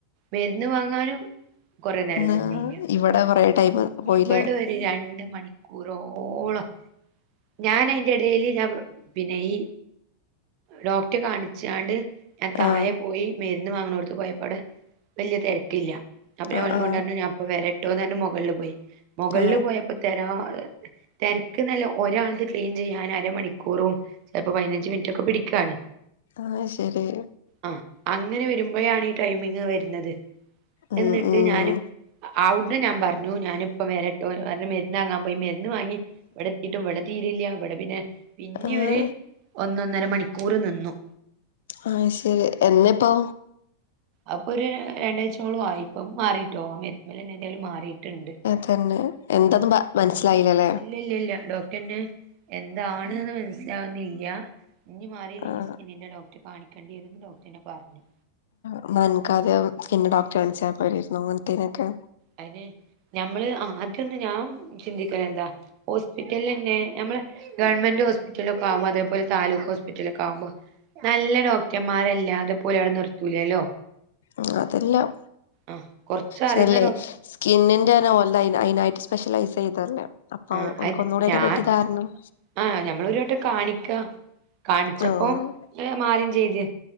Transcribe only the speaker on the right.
മരുന്ന് വാങ്ങ ങ്ങാനും കുറെ നേരം
നിന്നില്ല
ഇവിട രണ്ട് മണിക്കൂറോളം ഞാൻ അയിന്റെ ഇടയിൽ പിന്നെ ഈ ഡോക്ടറെ കാണിച്ചാണ്ട് ഞാൻ തായെ
പോയി മരുന്ന് വാങ്ങണോടുത്ത് പോയപ്പോടെ വലിയ തിരക്കില്ല അപ്പൊ
ഞാൻണ് ഞാൻപ്പ വരട്ടോന്ന് പറഞ്ഞു മുകളില് പോയി മുകളില്
പോയപ്പോ തെനോ തിരക്ക് എന്നല്ല ഒരാളത് ക്ലീൻ ചെയ്യാൻ അരമണിക്കൂറും ചിലപ്പോ പതിനഞ്ച് മിനിറ്റ ഒക്കെ പിടിക്കാണ്
ആഹ് അങ്ങനെ വരുമ്പോഴാണ് ഈ ടൈമിങ് വരുന്നത്
എന്നിട്ട്
ഞാനും ആഹ് അവിടന്ന് ഞാൻ പറഞ്ഞു ഞാനിപ്പ വരാട്ടോ മരന്ന് വാങ്ങാൻ പോയി മരുന്ന് വാങ്ങി എവിടെത്തിട്ടും ഇവിടെ തീരില്ല എവിടെ പിന്നെ പിന്നെ
ഒര് ഒന്നൊന്നര മണിക്കൂർ നിന്നു
അപ്പൊ ഒരു രണ്ടാഴ് ചോളം ആയി ഇപ്പം മാറിട്ടോ ആഹ് മരുന്ന് എന്നെ എന്താലും മാറിയിട്ടുണ്ട്
ഇല്ല ഇല്ല ഇല്ല ഡോക്ടറിന് എന്താണ്ന്ന് മനസിലാവുന്നില്ല ഇനി മാറില്ലെങ്കിൽ
സ്കിന്നിന്റെ ഡോക്റെ കാണിക്കണ്ടി വരും ഡോക്ടറന്നെ പറഞ്ഞു
അതിന് ഞമ്മള് ആദ്യം ഒന്ന് ഞാൻ ചിന്തിക്കല എന്താ ഹോസ്പിറ്റല തന്നെ നമ്മള് ഗവൺമെൻ്റ് ഹോസ്പിറ്റല ഒക്ക ആകുമോ അതേ പോലെ താലൂക്ക് ഹോസ്പിറ്റലൊക്കെ ആകുമ്പോ നല്ല ഡോക്ടർമാരില്ലാതെ പോലെ അവിടെ നിർത്തൂലല്ലോ
ആഹ് കൊറച്ച്
അറിയുന്ന ഡോക്
ആഹ്
ഞാൻ
ആഹ് ഞമ്മൾ ഒരുവട്ടം കാണിക്ക കാണിച്ചപ്പ
മാറിം ചെയ്ത്